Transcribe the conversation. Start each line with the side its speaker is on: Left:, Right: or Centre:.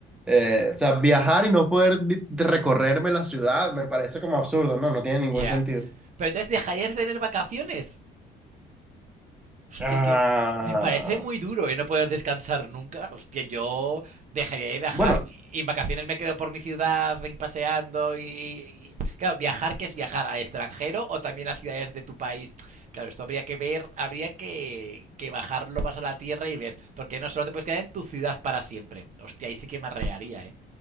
Centre: eh, o sea, viajar y no poder di- recorrerme la ciudad me parece como absurdo, ¿no? No tiene ningún
Right: Ya. Yeah.
Centre: sentido.
Right: Pero entonces dejarías de tener vacaciones. Hostia,
Centre: Ah,
Right: es que me parece muy duro y no poder descansar nunca. Hostia, yo dejaría de viajar.
Centre: bueno.
Right: Y en vacaciones me quedo por mi ciudad y paseando y... y- Claro, viajar, que es viajar? ¿Al extranjero o también a ciudades de tu país? Claro, esto habría que ver, habría que, que bajarlo más a la tierra y ver. Porque no solo te puedes quedar en tu ciudad para siempre. Hostia, ahí sí que me arrearía, ¿eh?